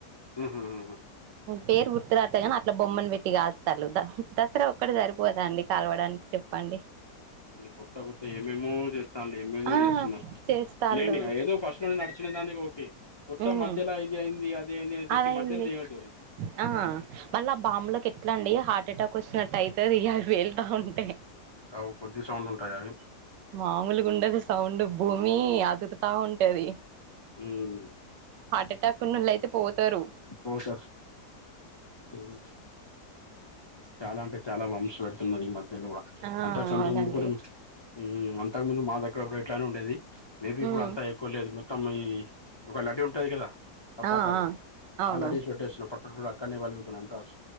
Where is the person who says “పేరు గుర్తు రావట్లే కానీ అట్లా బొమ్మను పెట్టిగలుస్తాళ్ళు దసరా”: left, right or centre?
Right